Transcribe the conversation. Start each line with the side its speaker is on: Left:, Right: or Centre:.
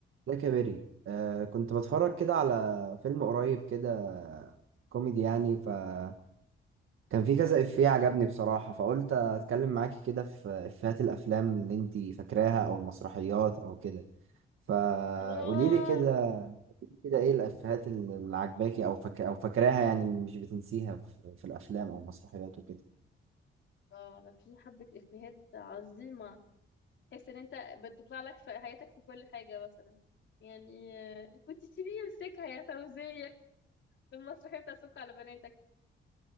Right: ده كبري آه كنت بتفرج كده على فيلم قريب كده كوميدي يعني فكان في كذا إفيه عجبني بصراحة فقلت أتكلم معاكي كده في إفيهات الأفلام اللي أنتي فاكراها أو المسرحيات أو كده فقولي
Left: اه
Right: لي كده كده إيه الإفيهات اللي اللي عجباكي أو فاك أو فاكراها يعني مش بتنسيها في, في الأفلام أو المسرحيات وكده
Left: اه ده في حبة افيهات عظيمة تحس ان انت بتطلع لك في حياتك في كل حاجة مثلا يعني آه، كنت سيبيه يمسكها يا فوزية في المسرحية بتاع سك على بناتك